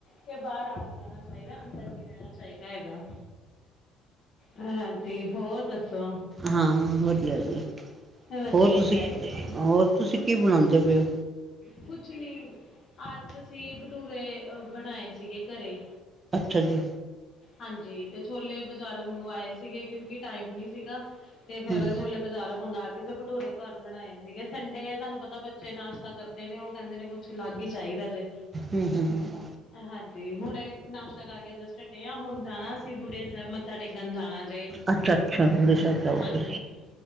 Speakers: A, on the left (about 50°); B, on the right (about 30°).
A: ਫਿਰ ਬਾਹਰ ਆ ਜਾਣਾ ਚਾਹੀਦਾ ਅੰਦਰ ਨੀ ਰਹਿਣਾ ਚਾਹੀਦਾ ਹੈਗਾ। ਹਾਂਜੀ ਹੋਰ ਦੱਸੋ।
B: ਹਾਂ ਵਧੀਆ ਜੀ,
A: ਵਧੀਆ
B: ਹੋਰ ਤੁਸੀਂ
A: ਹੀ ਚਾਹੀਦਾ।
B: ਹੋਰ ਤੁਸੀਂ ਕੀ ਬਣਾਉਂਦੇ ਪਏ ਓ?
A: ਕੁਛ ਨੀ, ਅੱਜ ਅਸੀਂ ਭਟੂਰੇ ਅ ਬਣਾਏ ਸੀਗੇ ਘਰੇ।
B: ਅੱਛਾ ਜੀ।
A: ਹਾਂਜੀ ਤੇ ਛੋਲੇ ਬਜ਼ਾਰੋਂ ਮੰਗਵਾਏ ਸੀਗੇ ਕਿਉਂਕਿ ਟਾਈਮ ਨੀ ਸੀਗਾ, ਤੇ ਫੇਰ
B: ਹਮ
A: ਛੋਲੇ ਬਜ਼ਾਰੋਂ ਮੰਗ ਕੇ ਤੇ ਭਟੂਰੇ ਘਰ ਬਣਾਏ ਸੀਗੇ ਸੰਡੇ ਆ ਤੁਹਾਨੂੰ ਪਤਾ ਬੱਚੇ ਨਾਸ਼ਤਾ ਕਰ- ਨੇ ਉਹ ਕਹਿੰਦੇ ਨੇ ਕੁੱਛ ਅਲੱਗ ਹੀ ਚਾਹੀਦਾ ਜੇ।
B: ਹਮ ਹਮ
A: ਹਾਂਜੀ ਹੁਣੇ ਨਾਸ਼ਤਾ ਕਰਕੇ ਜਸਟ ਹੁਣ ਜਾਣਾ ਸੀ ਬੁੜੇ ਸਾਹਿਬ ਮੱਥਾ ਟੇਕਣ ਜਾਣਾ ਜੇ।
B: ਅੱਛਾ ਅੱਛਾ ਹੁੰਦੇ ਸਾਹਿਬ ਜਾਓਗੇ
A: ਹਾਂਜੀ।